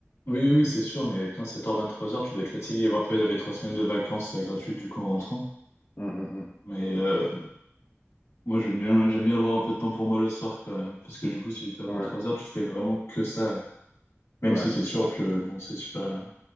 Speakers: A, on the left; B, on the left.
A: Oui, oui, oui, c'est sûr, mais putain, sept heures vingt-trois heures tu dois être fatigué. Bon, après, j'avais trois semaines de vacances euh, gratuites du coup en rentrant.
B: Mhm, mhm.
A: Mais euh, moi, j'aime bien, j'aime bien avoir un peu de temps pour moi le soir, quoi. Parce que du coup, si 8
B: Ouais,
A: vingt-trois heures tu fais vraiment que ça. Même
B: ouais,
A: si c'est sûr
B: je comprends.
A: que bon, c'est super.